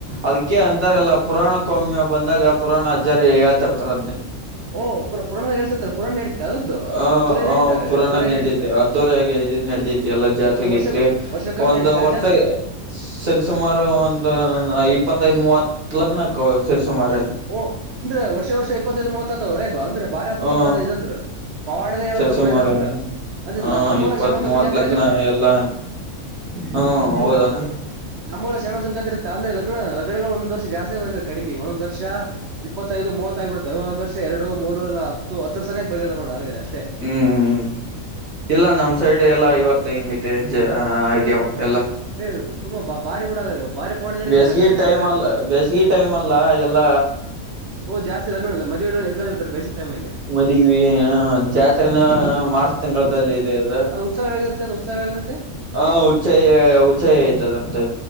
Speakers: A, on the right; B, on the right.
A: ಅದಕ್ಕೆ
B: ಹ್ಮ
A: ಅಂತಾರೆ ಎಲ್ಲ ಪುರಾಣ ಕೌಮ್ಯ ಬಂದಾಗ ಪುರಾಣ ಅಜ್ಜರಿ ಹೇಳತಿರ್ತಾರ್
B: ಓ ಪುರಾಣದ ಹೇಳ್ತಿತ ಪುರಾಣ ಅದ್ರದ್ದು
A: ಹ
B: ಅದ್ದೂರ
A: ಹ
B: ನಡೀತಾ ಹಾಗಾದ್ರೆ
A: ಪುರಾಣದ
B: ಅದ್ದೂರ
A: ನಡತೈತಿ
B: ನಡೀತಾ
A: ಅದವರೆ ಇದು ನಡತೈತಿ ಎಲ್ಲ ಜಾತ್ರೆಗೆೈತ್ರಿ
B: ಒಂದು ವರ್ಷಕ್ ವರ್ಷಕ್ಕಾಗಿ
A: ಒಂದು
B: ನಡೀತಾ
A: ವರ್ಷ
B: ಜಾತ್ರೆ
A: ಸರಿಸುಮಾರು ಒಂದು ಇಪ್ಪತ್ತೈದ ಮೂವತ್ ಲಗ್ನ ಆತ ಸೇರ್ರಿಸುಮಾರ
B: ಓ ಅಂದ್ರೆ ವರ್ಷ ವರ್ಷ ಇಪ್ಪತ್ತೈದು ಮೂವತ್ ಯಾತವ್ ಅಂದ್ರೆ ಬಾರಿ ಅದ್ಭುತ
A: ಹ
B: ಬಿಡದ ಇದಂದ್ರ ಪವಾಡದ ಹೇಳ್ಬೋದು
A: ಸರಿ ಸುಮಾರು
B: ಬಿಡಿ ಇದಂತ್ರ ಅಂದ್ರೆ
A: ಹ
B: ನ ನಮ್ಮವರ
A: ಇಪ್ಪತ್
B: ಶಣವಂತಪ್ಪನ
A: ಮೂವತ್
B: ಜಾತ್ರೆ
A: ಲಗ್ನ
B: ಆಗುತ್ತೆ
A: ಎಲ್ಲಾ ಹ್ಮ ಹೌದಣ
B: ಇಲ್ಲ ನಮ್ಮರ ಶಷಣ ಸಂಸ ಅಂದ್ರೆ ಲಗ್ ಲಗ್ನಗಳು ಒಂದ ವರ್ಷ ಜಾಸ್ತಿ ಕಡಿಮೆ ಒಂದಂದು ವರ್ಷ ಇಪ್ಪತ್ತೈದು ಮೂತ್ತ್ತ ಆಗಿಬಿಡ್ತವೆ ಒಂದ ಒಂದ್ ವರ್ಷ ಎರಡು ಮೂರು ಇಲ್ಲ ಹತ್ತು ಹತ್ತು ಸನ ಬಿದೆ ನೋಡ ಹಾಗೆ ಅಷ್ಟೇ
A: ಹ್ಮ್ ಇಲ್ಲ ನಮ್ ಸೈಡ್ ಎಲ್ಲಾ ಇವತ್ತು ಹಿಂಗೈತೆ ಹಾಗ್ಯಾವ
B: ಏ
A: ಎಲ್ಲ
B: ಏ ತುಂಬಾ ಬಾ ಬಾರಿ ಬಿಡ ಹಾಗಾದ್ರೆ ಬಾರಿ ಪವನ ನಡೀತೆ
A: ಬೇಸಿಗೆ
B: ಹಾಗಾದ್ರೆ
A: ಟೈಮ್
B: ದೇವ್ರದ್ದು
A: ಅಲ್ಲ ಬೇಸಿಗೆ ಟೈಮ್ ಅಲ್ಲ ಎಲ್ಲ
B: <inaudible> ಮದ್ವೆ ಇರ್ತಾರೆ ಬಯಸ ಟೈಮಲ್ಲಿ ಅ
A: ಮದವಿ ಜಾತ್ರೆನ ಮಾರ್ಚ್ ತಿಂಗಳದಲ್ಲಿ ಇದೆ ಇದು
B: ಅದು ಉತ್ಸವ ಆಗಿರುತ್ತೆ ಅದದು ಉತ್ಸವ ಆಗಿರುತ್ತೆ
A: ಹಾ ಉಸಾಯ ಉಸಾಯ ಆಯ್ತ ಅದ್ರ್ದೆ